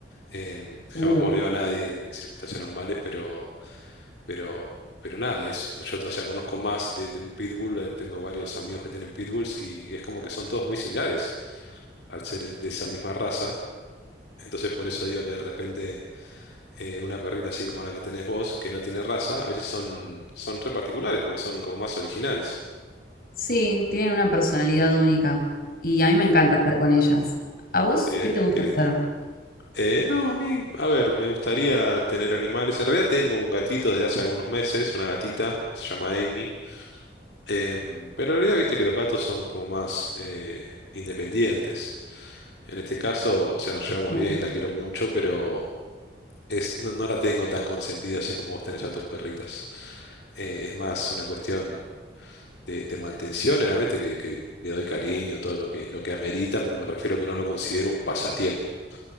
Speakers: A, on the left; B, on the left.
A: em, jamás
B: Uh.
A: mordió a nadie en en circunstancias normales, pero... Pero, pero nada, es, yo todavía conozco más de, de un pitbull, eh, tengo varios amigos que tienen pitbulls y es como que son todos muy similares al ser de esa misma raza. Entonces por eso digo que de repente eh, una perrita así como la que tenés vos, que no tiene raza, a veces son, son re particulares porque son como más originales.
B: Sí, tienen una personalidad única y a mí me encanta estar con ellas. ¿A vos
A: Qué bien,
B: qué te gusta
A: qué lindo.
B: hacer?
A: Eh, no, a mí, a ver, me gustaría tener animales. En realidad tengo un gatito desde hace algunos meses, una gatita, se llama Amy. Em, pero en realidad viste que los gatos son como más eh, independientes. En este caso, o sea, nos llevamos
B: Sí.
A: bien, la quiero mucho, pero es, no, no la tengo tan consentida así como vos tenés a tus perritas. Eh, es más una cuestión de, de mantención, obviamente, que, que le doy cariño, todo lo que, lo que amerita, pero me refiero que no lo considero un pasatiempo.